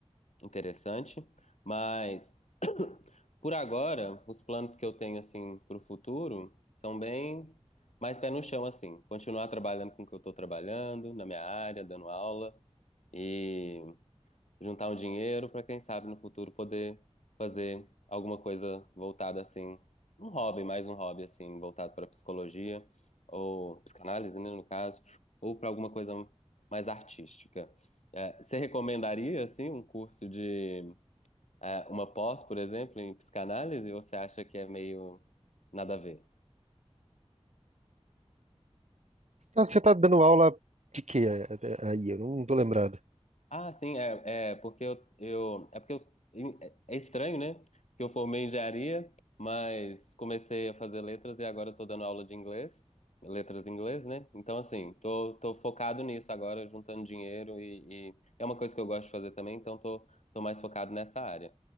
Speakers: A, on the left; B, on the right.
A: Interessante, mas <coughs> <clears throat> por agora, os planos que eu tenho assim para o futuro são bem mais pé no chão assim, continuar trabalhando com o que eu estou trabalhando na minha área, dando aula e juntar um dinheiro para quem sabe no futuro poder fazer alguma coisa voltada assim, um hobby, mais um hobby assim, voltado para psicologia ou psicanálise, né, no caso, ou para alguma coisa mais artística. É, você recomendaria assim um curso de é, uma pós, por exemplo, em psicanálise, ou você acha que é meio nada a ver?
B: Tá- Você está dando aula de quê eh, aí? Eu não tô lembrado.
A: Ah, sim, é, é porque eu, eu é porque eu, é é estranho, né? Que eu formei em engenharia, mas comecei a fazer letras e agora eu tô dando aula de inglês, letras em inglês, né? Então assim, tô, tô focado nisso agora, juntando dinheiro e, e é uma coisa que eu gosto de fazer também, então tô, tô mais focado nessa área.